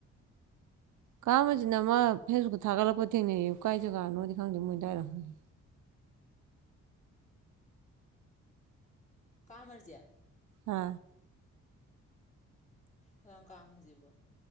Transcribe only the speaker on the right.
ꯀꯥꯝꯃꯁꯤꯅ ꯑꯃ ꯐꯦꯁꯕꯨꯛꯇ ꯊꯥꯒꯠꯂꯛꯄ ꯊꯦꯡꯅꯩ ꯀꯥꯏꯖꯒꯥꯥꯅꯣꯗꯤ ꯈꯪꯗꯦ ꯃꯣꯏ ꯑꯗꯨꯗꯥꯏꯔ ꯈꯪꯗꯦ
ꯍꯥ